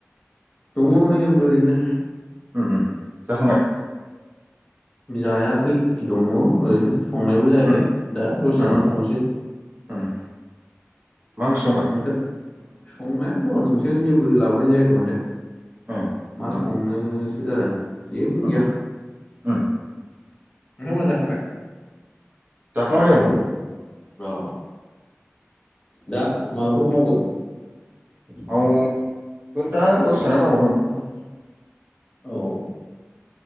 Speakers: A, on the left; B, on the right.
A: दङ नै आंबो ओरैनो
B: उम जाखांबाय
A: जायाखै दङ ओरैनो संनायबो जायाखै
B: उम
A: दा दसे
B: उम
A: थाना संनोसै
B: उम मा ओंख्रि संगोन
A: नोंथां संनायाथ' ओंख्रियानो जेबो लाबोनाय जायाखै माथो
B: उम
A: मा
B: उम
A: संनो जादों जेबो
B: उम
A: गैया
B: <unintelligible>
A: नोंथां मोनहा जाखांबाय
B: जाखांबाय औ
A: अ दा माबाफोर मावगोन
B: माव दा दसे थाना मावगोनदां
A: औ